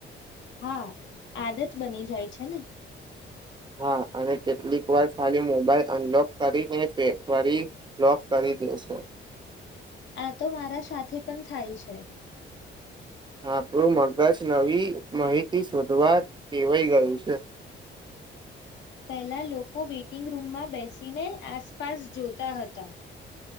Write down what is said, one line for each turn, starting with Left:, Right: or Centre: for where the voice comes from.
Left: હા આદત બની જાય છે ને.
Right: હા અને કેટલીક વાર ખાલી મોબાઈલ અનલોક કરીને ફેર ફરી બલોક કરી દેશે.
Left: આ તો મારા સાથે પણ થાય છે.
Right: આપણું મગજ નવી માહિતી શોધવા ેવાઈ ગયું છે.
Left: પહેલા લોકો વેઇટિંગ રૂમમાં બેસીને આસપાસ જોતા હતા